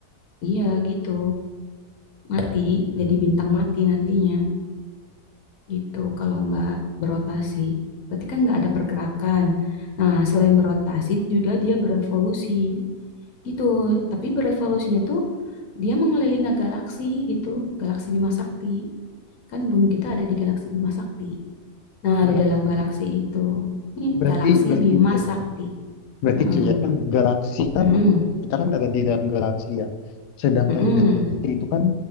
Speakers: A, on the left (about 65°); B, on the left (about 85°).
A: Iya gitu, mati. Jadi bintang mati nantinya gitu. Kalau nggak berotasi, berarti kan nggak ada pergerakan. Nah, selain berotasi juga dia berevolusi gitu. Tapi berevolusinya tuh dia mengelilingi galaksi gitu, galaksi Bima Sakti. Kan bumi kita ada di galaksi Bima Sakti. Nah,
B: Galaksi
A: di dalam galaksi itu, ini
B: berarti
A: galaksi
B: berarti
A: Bima
B: ya.
A: Sakti.
B: Berarti
A: Heeh,
B: C ya kan galaksi kan
A: heeh,
B: kita kan ada di dalam galaksi ya. Sedangkan
A: heeh.
B: galaksi itu kan